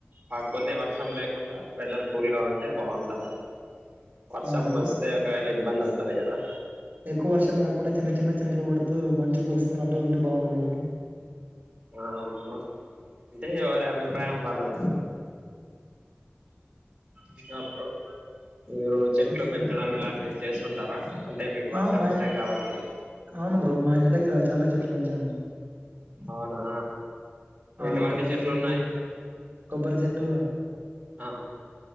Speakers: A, on the right (about 20°); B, on the right (about 45°).
A: కాక్ పోతే వర్షం లేకుండా వెదర్ కూల్ గా ఉంటె బాగున్ టాది. వర్షం
B: అవునా బ్రో
A: వస్తే ఒకవేళ ఇప్ ఇబ్బంద్ అవుతది కదా!
B: ఎక్కువ వర్షం కాకుండా, చిన్న చిన్న చినుకులు పడుతూ, మంచు కురుస్తున్నటు ఉంటే బాగుంటుంది. కదా బ్రో?
A: ఆ అమ్మ అంటె, ఎవరి అభిప్రాయం వాల్లది. ఇంకా బ్రో? మీరు చెట్లు
B: చెప్పండి
A: పెంచడం ఇలాంటివి చేస్తుంటారా? అంటే మీకు వర్షం
B: ఆ మా
A: ఇష్టం కాబట్టి
B: అవును బ్రో. మా ఇంటి దగ్గర చాల చెట్లు పెంచాము.
A: అవునా
B: ఆ
A: ఎటువంటి
B: కొబ్బరి
A: చెట్లు
B: చెట్టు
A: ఉన్నాయి
B: కొబ్బరి చెట్టు
A: ఆ